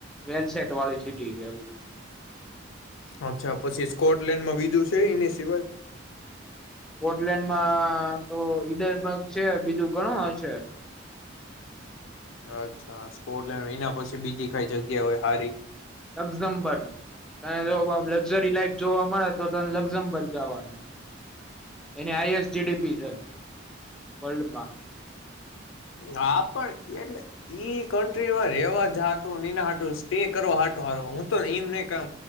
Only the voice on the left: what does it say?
અચ્છા. પછી સ્કોટલેન્ડમાં બીજું છે ઈની સિવાય?
અચ્છા. સ્કોટલેન્ડ એના પછી બીજી કઈ જગ્યા હોય હારી.
હા પણ એટલે ઈ કન્ટ્રીમાં રેવા જ હાટુ ઈના હાટું સ્ટે કરવા હાટું હાર હું તો ઈમ નઈ ક